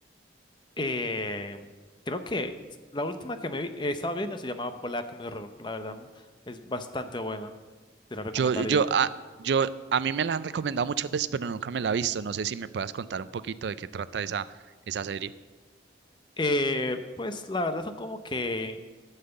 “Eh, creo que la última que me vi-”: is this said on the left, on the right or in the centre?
Left